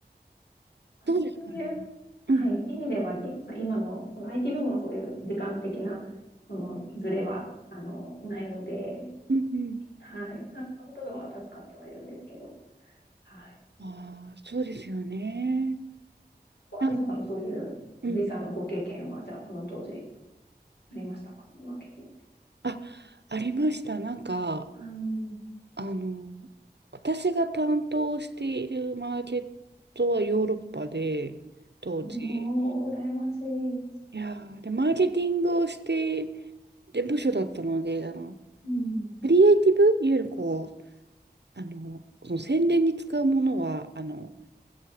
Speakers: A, on the left; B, on the right.
A: あそういう、
B: そうですからね。うん。
A: はい、意味では、いまあ今の、その IT 部門はそういう時間的な、その、ズレは、あの、ないので、
B: うん。うん。
A: はい。あ、この部分は助かってはいるんですけど、はい。
B: ああ、そうですよね。
A: アンさんもそういう時差のご経験は、
B: なうん。
A: じゃあ、その当時、ありましたかそのマーケティング。
B: あ、ありました。なんか、
A: あ
B: あの、私が担当しているマーケットはヨーロッパで、当時。
A: ーもう、羨ましいです。
B: いやーで、マーケティングをして、で、部署だったので、あの、
A: うん。
B: クリエイティブ、いわゆるこう、あの、その宣伝に使うものは、あの、